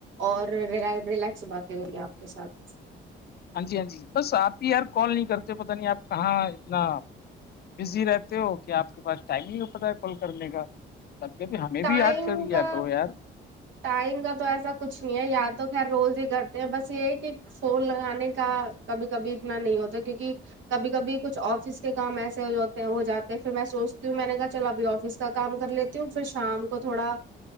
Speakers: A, on the right (about 70°); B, on the left (about 55°).
A: اور ریلیکس باتیں ہو گی آپ کے ساتھ
B: ہاں جی ہاں جی بس آپ ہی یار کال نہیں کرتے پت نہیں آپ کہاں اتنا بزی رہتے ہو کیا آپ کے پاس ٹائم نہیں ہو پتا ہے کال کرنے کا کبھی کبھی ہمیں
A: ٹائم
B: بھی یاد کر لیا
A: کا
B: کرو یار
A: ٹائم کا تو ایسا کچھ نہیں ہے یاار تو خیر روز ہی کرتے ہیں بس یہی کہ فون لگانے کا کبھی کبھی اتنا نہیں ہوتا کیونک کبھی کبھی کچھ آفس کے کام ایسے ہوتے ہیں وہ جاتے ہیں پھر میں سوچتی ہوں میں نے کہا چل ابھی آفس کا کام کر لیتی ہوں پھر شام کو تھوڑا